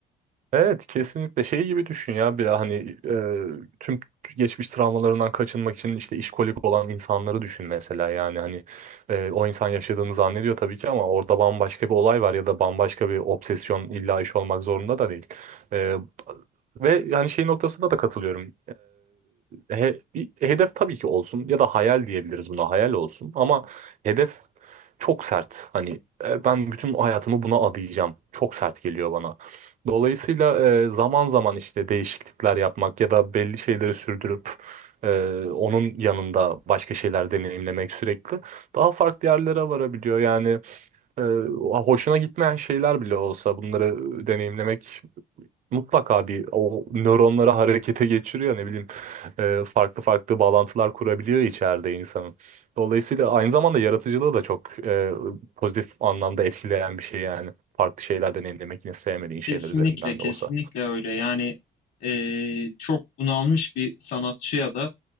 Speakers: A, on the right (about 50°); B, on the left (about 65°).
A: Evet kesinlikle şey gibi düşün ya bir hani e, tüm geçmiş travmalarından kaçınmak için işte işkolik olan insanları düşün mesela yani hani e, o insan yaşadığını zannediyor tabii ki ama orada bambaşka bir olay var ya da bambaşka bir obsesyon illa iş olmak zorunda da değil. E, ve yani şey noktasında da katılıyorum. E, he- bir hedef tabii ki olsun ya da hayal diyebiliriz buna hayal olsun ama hedef çok sert hani e, ben bütün hayatımı buna adayacağım çok sert geliyor bana. Dolayısıyla e, zaman zaman işte değişiklikler yapmak ya da belli şeyleri sürdürüp e, onun yanında başka şeyler deneyimlemek sürekli daha farklı yerlere varabiliyor. Yani e, hoşuna gitmeyen şeyler bile olsa bunları deneyimlemek Mutlaka bir o nöronları harekete geçiriyor ne bileyim e, farklı farklı bağlantılar kurabiliyor içeride insanın. Dolayısıyla aynı zamanda yaratıcılığı da çok e, pozitif anlamda etkileyen bir şey yani. Farklı şeyler deneyimlemek yine sevmediğin şeyler
B: Kesinlikle,
A: üzerinden
B: kesinlikle
A: de olsa.
B: öyle. Yani eee, çok bunalmış bir sanatçıya da